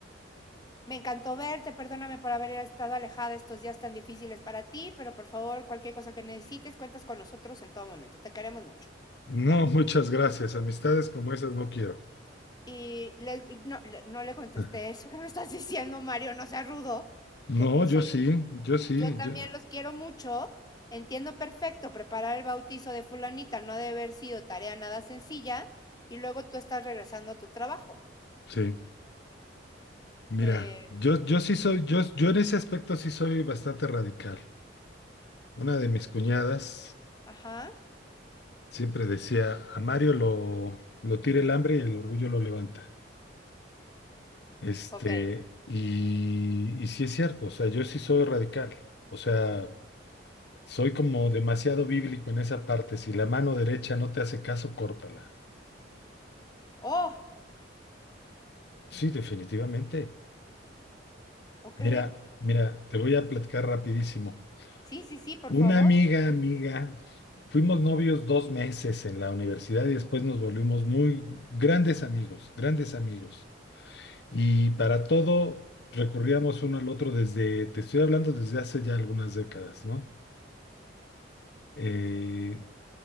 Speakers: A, on the left; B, on the left.
A: Me encantó verte, perdóname por haber estado alejada estos días tan difíciles para ti, pero por favor, cualquier cosa que necesites, cuentas con nosotros en todo momento. Te queremos mucho.
B: No,
A: Bla.
B: <laughs> muchas gracias. Amistades como esas no quiero.
A: Y le- no, le- no le contesté
B: <laughs>
A: eso que me estás diciendo, Mario, no seas rudo.
B: No,
A: Le puse,
B: yo sí,
A: yo,
B: yo sí,
A: yo también
B: yo
A: los quiero mucho. Entiendo perfecto, preparar el bautizo de fulanita no ha de haber sido tarea nada sencilla y luego tú estás regresando a tu trabajo.
B: sí. Mira,
A: Eh,
B: yo, yo sí soy, yo, yo en ese aspecto sí soy bastante radical. Una de mis cuñadas
A: ajá,
B: siempre decía, a Mario lo, lo tira el hambre y el orgullo lo levanta. Este,
A: ok.
B: y, y sí es cierto, o sea, yo sí soy radical. O sea, Soy como demasiado bíblico en esa parte. Si la mano derecha no te hace caso, córtala.
A: Oh,
B: Sí, definitivamente.
A: ok.
B: Mira, mira, te voy a platicar rapidísimo.
A: Sí, sí, sí, por
B: Una
A: favor.
B: amiga, amiga, fuimos novios dos meses en la universidad y después nos volvimos muy grandes amigos, grandes amigos. Y para todo recurríamos uno al otro desde, te estoy hablando desde hace ya algunas décadas, ¿no? Eh,